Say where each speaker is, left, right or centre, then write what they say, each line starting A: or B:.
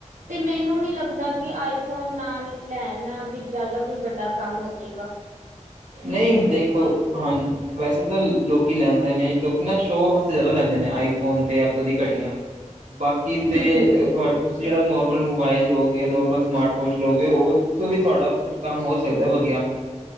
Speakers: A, on the right; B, on the right.
A: ਤੇ ਮੈਨੂੰ ਨੀ ਲੱਗਦਾ, ਕਿ ਆਈਫੋਨ ਨਾਲ ਲੈਣ ਨਾਲ ਵੀ ਜ਼ਿਆਦਾ ਕੋਈ ਵੱਡਾ ਕੰਮ ਹੋ ਜੇਗਾ
B: ਨਹੀਂ ਦੇਖੋ, ਹਾਂ ਵੈਸੇ ਤਾਂ ਲੋਕੀ ਲੈਂਦੇ ਨੇ ਲੋਕ ਨਾ ਸ਼ੋ ਆਸਤੇ ਜ਼ਿਆਦਾ ਲੈਂਦੇ ਨੇ ਆਈ ਫੋਨ ਤੇ ਐਪਲ ਦੀ ਘੜੀਆਂ, ਬਾਕੀ
A: ਹੂੰ,
B: ਤੇ ਤੁ ਤੁਸੀਂ ਜਿਹੜਾ ਨੋ ਨੋਰਮਲ ਮੋਬਾਈਲ ਜਾਂ ਨੋਰਮਲ ਸਮਾਰਟ ਵੋਚ ਲਗੇ ਉਹ ਤੋਂ ਵੀ ਤੁਹਾਡਾ ਕੁਛ ਕੰਮ ਹੋ ਸਕਦਾ ਵਧੀਆ